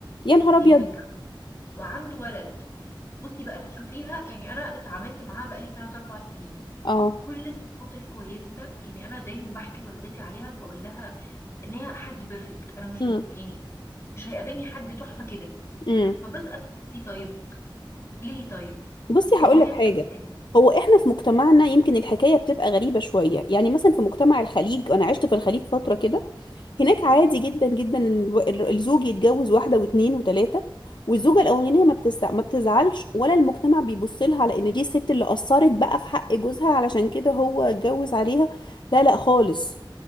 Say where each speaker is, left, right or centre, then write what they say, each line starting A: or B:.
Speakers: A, on the left; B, on the left.
A: يا نهار ابيض
B: يعني متجوز وعنده ولد بصي بقى تشوفيها يعني انا اتعاملت معاها بقالي 3 4 سنين
A: اه
B: كل الصفات الكويسه يعني انا دايما بحكي لوالدتي عليها بقول لها ان هي حد بيرفكت انا مش
A: امم
B: يعني مش هيقابلني حد تحفه كده
A: امم
B: فبسال نفسي طيب ليه طيب
A: بصي
B: هي
A: هقول
B: فيها
A: لك
B: كل
A: حاجة
B: حاجه
A: هو احنا في مجتمعنا يمكن الحكاية بتبقى غريبة شوية يعني مثلا في مجتمع الخليج انا عشت في الخليج فترة كده هناك عادي جدا جدا ان الو- ال- الزوج يتجوز واحده واثنين وثلاثه والزوجه الاولانيه ما بتستع... ما بتزعلش ولا المجتمع بيبص لها على ان دي الست اللي قصرت بقى في حق جوزها علشان كده هو اتجوز عليها لا لا خالص